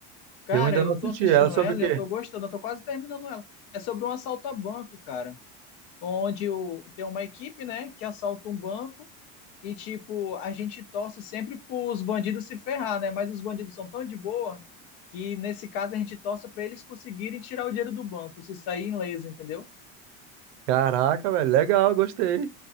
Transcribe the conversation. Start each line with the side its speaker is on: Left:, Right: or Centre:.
Left: Cara,
Right: Eu ainda
Left: eu
Right: não assisti.
Left: tô assistindo
Right: Ela sobre
Left: ela,
Right: o quê?
Left: e eu tô gostando, eu tô quase terminando ela. É sobre um assalto a banco, cara, onde o, tem uma equipe, né, que assalta um banco e tipo, a gente torce sempre pros bandidos se ferrar, né? Mas os bandidos são tão de boa que nesse caso a gente torce pra eles conseguirem tirar o dinheiro do banco, se sair em leso, entendeu?
Right: Caraca, velho, legal, gostei.